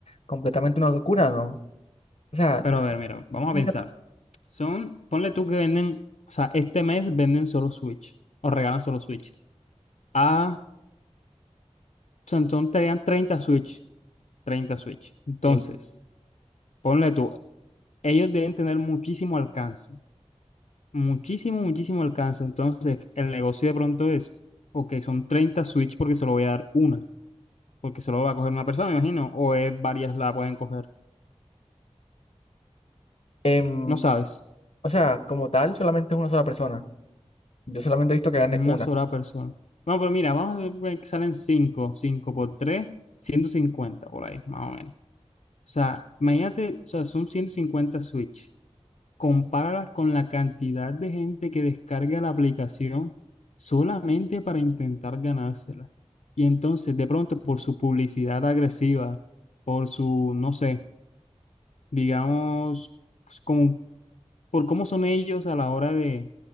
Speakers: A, on the left; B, on the left.
A: completamente una locura, ¿no? O sea,
B: Pero a ver, mira, vamos
A: nunca-
B: a pensar. Son, ponle tú que venden, o sea, este mes venden solo Switch o regalan solo Switch. Ah, son, son tenían 30 Switch, 30 Switch. Entonces,
A: sí.
B: ponle tú, ellos deben tener muchísimo alcance. Muchísimo, muchísimo alcance. Entonces, el negocio de pronto es, ok, son 30 Switch porque se lo voy a dar una, porque solo va a coger una persona, me imagino, o es varias la pueden coger.
A: Em,
B: No sabes,
A: o sea, como tal, solamente es una sola persona. Yo solamente he visto que gane
B: una
A: una.
B: sola persona. No, pero mira, vamos a ver que salen 5 5 por tres ciento cincuenta por ahí, más o menos. O sea, imagínate, o sea, son 150 Switch. compáralas con la cantidad de gente que descarga la aplicación solamente para intentar ganársela. Y entonces, de pronto, por su publicidad agresiva, por su, no sé, digamos, pues, como- por cómo son ellos a la hora de,